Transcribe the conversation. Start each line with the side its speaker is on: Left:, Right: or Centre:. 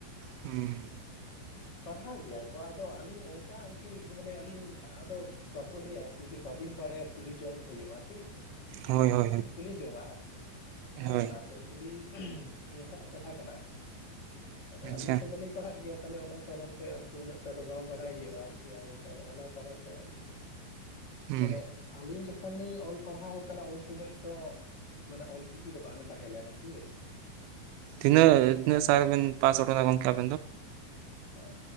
Right: ᱦᱩᱸ
Left: ᱯᱟᱲᱦᱟᱣ ᱜᱮᱭᱟ ᱠᱚ ᱟᱫᱚ ᱟᱹᱞᱤᱧ ᱚᱱᱠᱟ ᱟᱨᱠᱤ ᱢᱟᱱᱮ ᱟᱹᱞᱤᱧ ᱟᱫᱚ ᱵᱟᱠᱚ ᱞᱟᱹᱭᱟ ᱡᱩᱫᱤ ᱵᱟᱵᱤᱱ ᱵᱟᱲᱴᱰᱟᱭᱟ ᱠᱩᱞᱤ ᱡᱚᱝ ᱦᱩᱭᱩᱜᱼᱟ ᱴᱷᱤᱠ ᱟᱪᱷᱮ
Right: ᱦᱳᱭ
Left: ᱟᱫᱚ ᱚᱱᱟ
Right: ᱦᱳᱭ
Left: ᱛᱮᱞᱤᱧ
Right: ᱦᱳᱭ
Left: ᱠᱩᱞᱤ ᱡᱚᱝᱟ ᱟᱨᱠᱤ ᱚᱱᱟ
Right: ᱦᱳᱭ
Left: ᱚᱱᱟ ᱟᱫᱚ ᱠᱩᱞᱤ ᱚᱱᱠᱟᱱᱟᱜ ᱠᱟᱛᱷᱟ ᱠᱟᱱᱟ ᱟᱨᱠᱤ ᱟᱫᱚ
Right: ᱟᱪᱪᱷᱟ
Left: ᱟᱹᱞᱤᱧ ᱛᱚ ᱵᱟᱹᱞᱤᱧ ᱯᱟᱲᱦᱟᱜ ᱜᱮᱭᱟ ᱛᱟᱦᱞᱮ ᱚᱱᱟ ᱠᱟᱨᱚᱱ ᱛᱮ ᱟᱨᱠᱤ ᱩᱱᱟᱹᱜ ᱴᱟ ᱫᱚ ᱵᱟᱝ ᱵᱟᱲᱟᱭ ᱦᱩᱭᱩᱜᱼᱟ ᱟᱨᱠᱤ ᱟᱫᱚ ᱚᱱᱟ ᱠᱟᱨᱚᱱ ᱛᱮ ᱟᱨᱠᱤ
Right: ᱦᱩᱸ
Left: ᱢᱟᱱᱮ ᱟᱹᱞᱤᱧ ᱡᱚᱠᱷᱚᱱ ᱞᱤᱧ ᱚᱞ ᱯᱟᱲᱦᱟᱣ ᱠᱟᱱᱟ ᱩᱱ ᱥᱩᱢᱟᱹᱡ ᱫᱚ ᱢᱟᱱᱮ ᱚᱞᱪᱤᱠᱤ ᱫᱚ ᱵᱟᱝ ᱛᱟᱦᱮᱸ ᱞᱮᱱᱟ ᱴᱷᱤᱠ ᱟᱪᱷᱮ
Right: ᱛᱤᱱᱟᱹᱜ ᱛᱤᱱᱟᱹᱜ ᱥᱟᱞ ᱨᱮᱵᱤᱱ ᱯᱟᱥ ᱠᱟᱱᱟ ᱜᱚᱢᱠᱮ ᱟᱵᱤᱱ ᱫᱚ
Left: ᱦᱮ